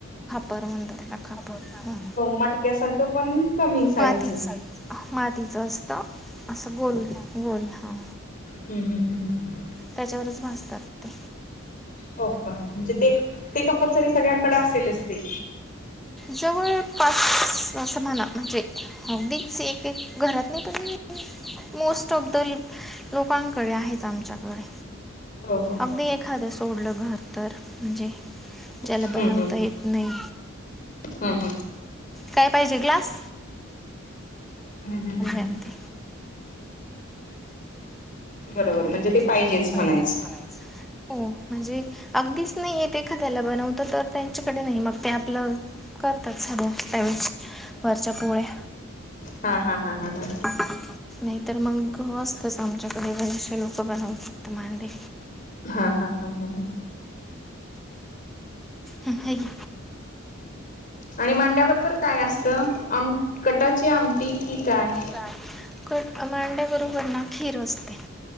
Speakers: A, in the centre; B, on the left (about 40°).
A: बर म्हणत कापर
B: मटक्यासारखं पण कमी साईजचं
A: माती <unintelligible> मातीचं असतं असं गोल गोल हां
B: हंम हंम हंम हंम
A: त्यांच्यावरचं भाजतांत ते
B: हो कां म्हणजे ते ते कंपल्सरी सगळ्यांकडे असेलचं ते
A: जवळं पांच समानां म्हणजे अगदींच एक एक घरांत नाहीं पणं मोस्ट ऑफ दं लोकांकडे आहेतचं आमच्यांकडे
B: हो हो हो
A: अगदी एखादं सोडलं घरं तरं म्हंणजे ज्यांला
B: हम्म
A: बनवतां
B: हम्म
A: येतं नाहीं
B: हम्म हम्म
A: कायं पाहिजे ग्लांस
B: हंम हंम हंम
A: आणते
B: बरोबर म्हंणजे ते पाहिजेच
A: पाहिजे
B: म्हणायचं
A: म्हणजे हो म्हणजे अगदीचं नाहीं आहेेत एखांद्यालां बनवतं तरं त्यांच्याकडे नाहीं मंग ते आपलं करतातं संध्या त्यांवे वरच्यां पोळ्यां
B: हा हा हा हा हा
A: हं हं हं नाहीतरं मंग असतंच आमच्यांकडे बरेचंसे लोकं बनवू शकतं मांडे
B: हां हां हां हां हां
A: हं, हे घे.
B: आणि मांड्यां बरोबरं कायं असतं आमटी कटांची आमटी कि कायं
A: <unintelligible> क मांड्या बरोबर ना खीर असते.